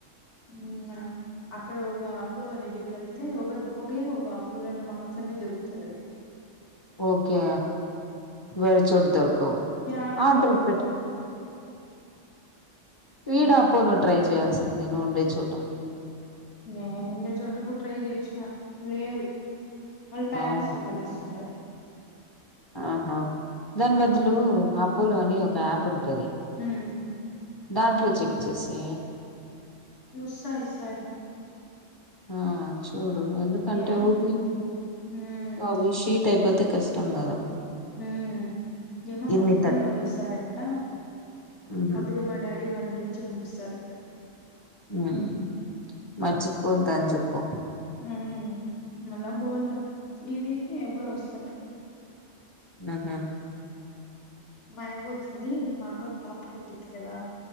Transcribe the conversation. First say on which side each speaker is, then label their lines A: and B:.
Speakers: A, on the left; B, on the left.
A: ఉమ్ ఆ అక్కడ ఒగ అపోలో దగ్గర్కెళ్తే ఒగ ఒగే ఒగ అపోలోని మాత్రమే దొరుకుతదది
B: ఓకే వేరే చోట దొరు
A: యాడ
B: ఆర్డర్
A: దొరకవు
B: పెట్కొ వీడ
A: అందుకే
B: అపోలొ ట్రై చేయాల్సింది నువ్వు ఉండే చోట
A: నేను ఉండే చోటకుడ ట్రై చేస్న లేవు వాళ్ళు ప్యారసిటీమల్
B: అవునా
A: ఇస్తాండారు
B: ఆహా దాని బదులు
A: ఉమ్
B: అపోలో అని ఒక యాప్ ఉంటది
A: ఉమ్
B: దాంట్లో చెక్ చేసి
A: చూస్తా ఈ సారి
B: ఆ చూడు ఎందుకంటే
A: యా
B: ఊది
A: ఉమ్
B: అవిషీ టైపోతే కష్టం కదా
A: ఉమ్ ఏమో
B: ఎన్ని
A: మా పెద్దమ్మోళ్ళొస్తారంట
B: థర్ ఉహు
A: అప్పుడు మా డాడీ వాళ్ళు ఇచ్చి పంపిస్తారంట
B: ఉమ్ మర్చిపోవద్దు అని జెప్పు
A: ఉమ్ మళ్ళా బోవల్ల ఈవీకె ఎప్పుడో వస్తారు
B: అ హ
A: మాయవ్వ వచ్చింది మా అక్కకు పాప పుట్టిది కదా